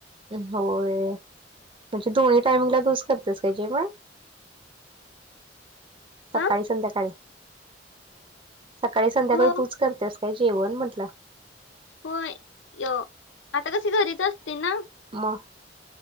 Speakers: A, on the right (about 30°); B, on the left (about 85°).
A: होय म्हणजे दोन्ही टाइमिंगला तुचं करत्यास काय जेवण. सकाळी
B: हा
A: संध्याकाळी. सकाळी संध्याकाळी
B: हो
A: तूच करत्यास काय जेवण म्हंटलं?
B: होय य आता कसे घरीच असते ना.
A: म